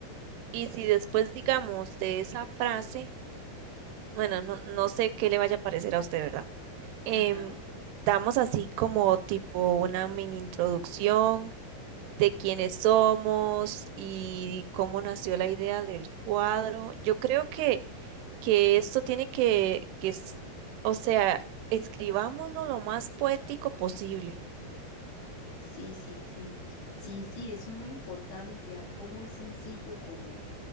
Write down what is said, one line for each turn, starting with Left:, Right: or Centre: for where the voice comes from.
Right: y si después, digamos, de esa frase, bueno, no, no sé qué le vaya a parecer a usted, ¿verdad? Em,
Left: Ajá.
Right: damos así como tipo una mini introducción de quiénes somos y cómo nació la idea del cuadro. Yo creo que que esto tiene que, que es, o sea, escribámoslo lo más poético posible.
Left: Sí, sí, sí. Sí, sí, eso es muy importante, algo muy sencillo como